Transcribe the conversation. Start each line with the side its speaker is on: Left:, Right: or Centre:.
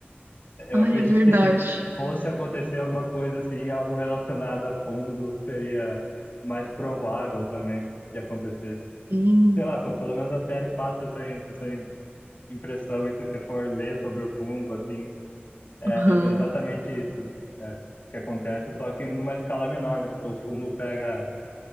Left: Eu
Right: Ai,
Left: acredito
Right: é verdade.
Left: que se fosse acontecer alguma coisa assim, algo relacionado a fungo, seria mais provável também de acontecer.
Right: Sim.
Left: Sei lá, pô, pelo menos a série passa essa, im- essa im- impressão, e se você for ler sobre o fungo, assim, é,
Right: Aham.
Left: é exatamente isso. é, que acontece, só que numa escala menor, né? Porque o fungo pega